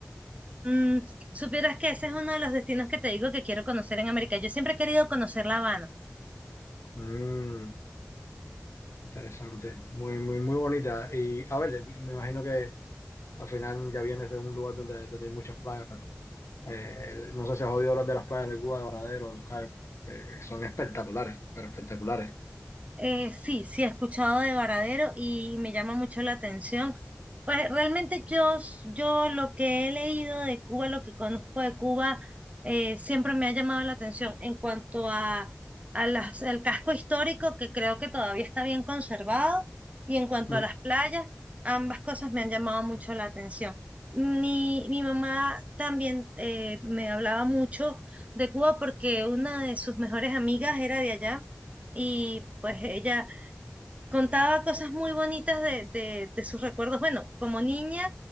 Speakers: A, on the right; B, on the left.
A: Mm, supieras que ese es uno de los destinos que te digo que quiero conocer en América. Yo siempre he querido conocer La Habana.
B: Mm, interesante, muy, muy, muy bonita. Y a ver, me imagino que al final ya vienes de un lugar donde, donde hay muchas playas, pero eh, no sé si has oído hablar de las playas de Cuba, de Varadero, de Los Cayos. Eh, son espectaculares, pero espectaculares.
A: Eh, sí, sí, he escuchado de Varadero y me llama mucho la atención. Pues realmente yo, s- yo lo que he leído de Cuba, lo que conozco de Cuba, eh, siempre me ha llamado la atención en cuanto a, a las, al casco histórico, que creo que todavía está bien conservado, y en cuanto
B: Mm,
A: a las playas, ambas cosas me han llamado mucho la atención. Mi, mi mamá también eh, me hablaba mucho de Cuba porque una de sus mejores amigas era de allá y pues ella contaba cosas muy bonitas de, de, de sus recuerdos. Bueno, como niña